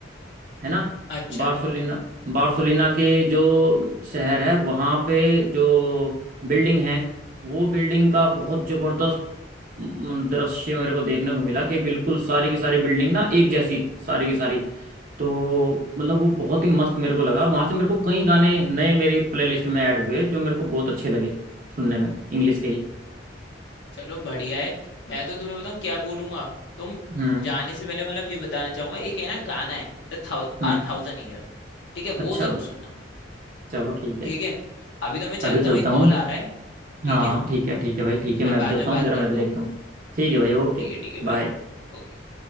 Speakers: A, on the right; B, on the left.
A: है ना
B: अच्छा
A: बार्सोलिना बार्सोलिना के जो शहर है वहाँ पे जो बिल्डिंग है वो बिल्डिंग का बहुत जबरदस्त म, दृश्य मेरे को देखने को मिला कि बिल्कुल सारी की सारी बिल्डिंग ना एक जैसी सारी की सारी तो मतलब वो बहुत ही मस्त मेरे को लगा और वहाँ से मेरे को कई गाने नए मेरे प्लेलिस्ट में ऐड हुए जो मेरे को बहुत अच्छे लगे सुनने में इंग्लिश के ही
B: चलो बढ़िया है मैं तो तुम्हें बताऊँ क्या बोलूंगा तुम
A: हम्म
B: जाने से पहले मतलब ये बताना चाहूंगा एक है ना गाना है द थाउ
A: हम्म
B: आर थाउजेंड ईयर्स ठीक है
A: अच्छा
B: वो जरूर सुनना
A: चलो ठीक है
B: ठीक है अभी तो मैं
A: अभी
B: चलता
A: चलता
B: हूँ एक
A: हूँ
B: कॉल आ रहा है ठीक
A: हाँ
B: है
A: ठीक है ठीक है भाई ठीक है
B: मैं
A: मैं
B: बाद
A: भी चलता
B: में बात
A: हूँ जरा
B: करता
A: मैं भी देखता
B: हूँ
A: हूँ ठीक है भाई ओके
B: ठीक है ठीक है
A: बाय
B: भाई ओके